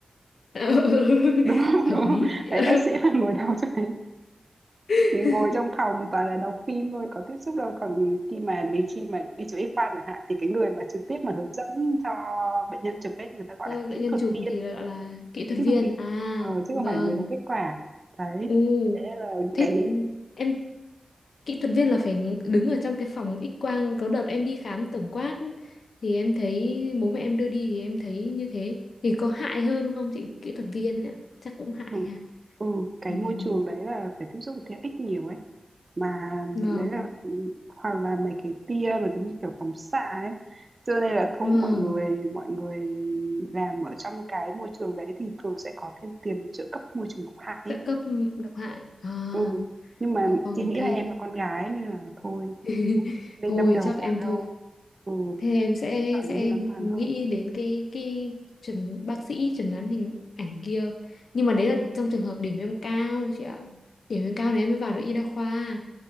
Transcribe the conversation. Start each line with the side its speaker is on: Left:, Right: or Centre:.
Left: <laughs>
Right: đúng không
Left: hợp
Right: <laughs> đúng
Left: lý
Right: không
Left: chị ạ
Right: đấy bác sĩ mà ngồi đâu cho đấy
Left: <laughs>
Right: thì
Left: vâng
Right: ngồi trong phòng toàn là đọc phim thôi có tiếp xúc đâu còn khi mà đi khi mà đi chụp X-quang chẳng hạn thì cái người mà trực tiếp mà hướng dẫn cho bệnh nhân chụp ấy người ta gọi
Left: À,
Right: là kỹ
Left: bệnh nhân
Right: thuật
Left: chụp
Right: viên
Left: thì gọi là kỹ thuật
Right: kỹ thuật
Left: viên
Right: viên
Left: à
Right: ờ, chứ
Left: vâng
Right: không phải là người đọc kết quả đấy
Left: u
Right: thế nên là
Left: thế
Right: cái
Left: em kỹ thuật viên là phải đứng ở trong cái phòng X quang có đợt em đi khám tổng quát thì em thấy bố mẹ em đưa đi thì em thấy như thế thì có hại hơn không chị kỹ thuật viên nữa chắc cũng hại
Right: ừ,
Left: ha
Right: ừ, cái
Left: Vì-
Right: môi
Left: vì-
Right: trường
Left: vì-
Right: đấy là phải tiếp xúc với thế ích nhiều ấy mà
Left: <laughs> vâng
Right: đấy là hoặc là mấy cái tia mà giống như kiểu phóng xạ ấy cho nên là thôi
Left: vâng
Right: mọi người mọi người làm ở trong cái môi trường đấy thì thường sẽ có thêm tiền trợ cấp môi trường độc hại ấy.
Left: trợ cấp độc hại à
Right: ừ nhưng mà
Left: vâng
Right: chị nghĩ
Left: thế
Right: là em là con gái nên là thôi
Left: <laughs>
Right: nên
Left: thôi
Right: đâm đầu
Left: chắc em
Right: vào
Left: thôi
Right: đâu ừ
Left: Thế em sẽ
Right: chọn
Left: sẽ
Right: cái gì an toàn
Left: nghĩ
Right: hơn
Left: đến cái cái chuẩn bác sĩ chẩn đoán hình ảnh kia. Nhưng mà đấy là trong trường hợp điểm em cao chị ạ. Điểm em cao thì em mới vào được y đa khoa.